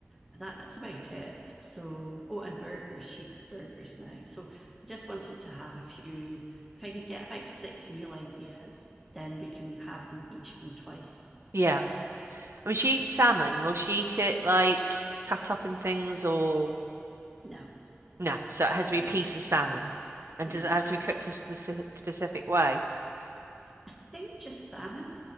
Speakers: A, in the centre; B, on the right.
A: but that's about it. So, oh, and burgers, she eats burgers now. So, I just wanted to have a few. If I could get about six meal ideas, then we can have them each of them twice.
B: Yeah. I mean, she eats salmon. Will she eat it like cut up in things or
A: No,
B: no? So
A: so
B: it has to be a piece of salmon. And
A: yeah.
B: does it have to be cooked a specific, specific way?
A: I think just salmon.